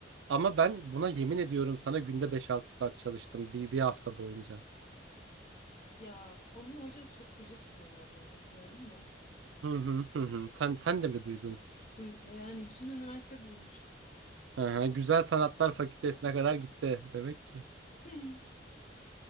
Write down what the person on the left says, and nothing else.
Evet.
Ya onun hocası çok gıcık diyorlar ya bilmiyorum da.
Duy yani bütün üniversite duymuş.
<laughs>